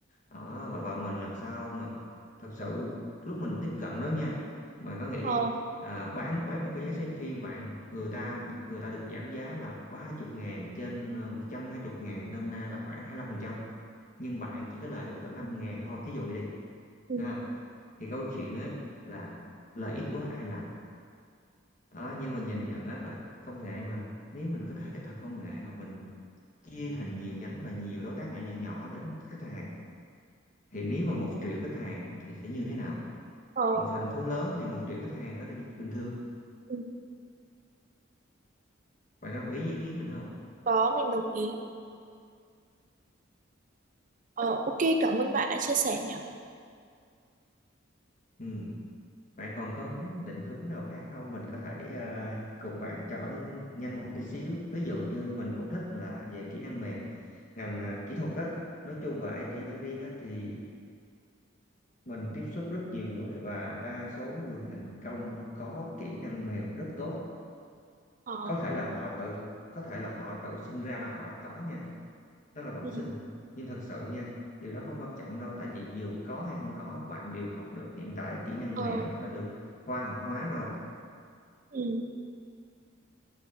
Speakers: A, on the left; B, on the right.
A: đó và và mình làm sao mà thật sự lúc mình tiếp cận đó nha bạn có nghĩ
B: Ờ,
A: đi à, bán bán một cái vé xem phim bạn người ta được người ta được giảm giá là 30 ngàn trên ờ, một trăm hai 120 ngàn nôm na là khoảng hai mươi lăm phần trăm nhưng bạn chỉ có lời được có 5 ngàn thôi thí dụ như đi
B: ừ,
A: ha thì câu chuyện á, là lời ít quá ai làm đó, nhưng mà nhìn nhận á, là công nghệ mà nếu mình có thể kết hợp công nghệ hoặc mình chia thành nhiều nhánh và nhiều đối tác nhỏ nhỏ, nhỏ đến khách hàng thì nếu mà một triệu khách hàng thì sẽ như thế nào
B: ờ,
A: một thành phố lớn thì một triệu khách hàng đó là chuyện bình thường
B: ừ.
A: bạn có đồng ý với ý kiến mình không
B: Có mình đồng ý. Ờ, ok cảm ơn bạn đã chia sẻ nhé.
A: ừ. bạn còn có muốn định hướng nào khác không mình có thể à, cùng bạn chọn nhanh một tí xíu ví dụ như mình cũng thích là về kỹ năng mềm ngành à, kỹ thuật á nói chung và IT nói riêng á thì mình tiếp xúc rất nhiều người và đa số người thành công có kỹ năng mềm rất tốt
B: Ờ,
A: có thể là họ tự có thể là họ tự sinh ra là họ đã có nha đó là bẩm
B: ừ,
A: sinh nhưng thật sự nha điều đó không quan trọng đâu tại vì dù có hay không có bạn đều học được hiện tại kỹ năng
B: ờ,
A: mềm nó đã được khoa học hóa rồi
B: ừ,